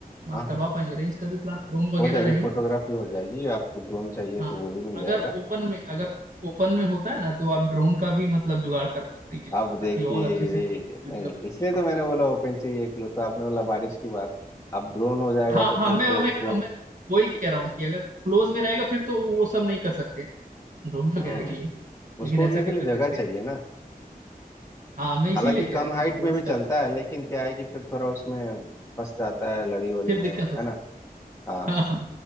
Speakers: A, on the left (about 20°); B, on the right (about 55°).
A: हाँ
B: आप
A: हाँ
B: करवा पाएंगे ना इसका भी प्लान ड्रोन वगैरह
A: हो जाएगी
B: रहेंगे
A: फोटोग्राफी हो जाएगी आपको ड्रोन चाहिए
B: हाँ
A: तो वो भी मिल
B: अगर
A: जाएगा
B: ओपन में अगर ओपन में होता है ना तो आप ड्रोन का भी मतलब जुगाड़ करवा दीजिएगा
A: आप देखिए
B: ताकि और अच्छे से वीडियो
A: नहीं
B: वगैरह
A: इसलिए
B: आते
A: तो मैंने बोला ओपन चाहिए क्लोज तो आपने बोला बारिश की बात अब ड्रोन हो जाएगा
B: हाँ
A: तो
B: हाँ
A: फिर
B: मैं
A: तो उसको
B: मैं कह रहा हूँ मैं वही कह रहा हूँ कि अगर क्लोज में रहेगा फिर तो वो सब नहीं कर सकते हैं ड्रोन वगैरह
A: हम्म
B: के लिए
A: उसको
B: लेकिन ऐसे
A: उड़ने
B: तो
A: के लिए
B: कर
A: जगह
B: सकते
A: चाहिए
B: हैं
A: ना
B: हाँ मैं इसीलिए
A: हालांकि
B: कह
A: कम
B: रहा हूँ
A: हाइट
B: कि क्लोज
A: में भी
B: का
A: चलता
B: तो
A: है लेकिन क्या है कि फिर थोड़ा उसमें फंस जाता है लड़ी वड़ी
B: फिर
A: में
B: दिक्कत हो
A: है
B: सकती
A: ना हाँ
B: है। हाँ हाँ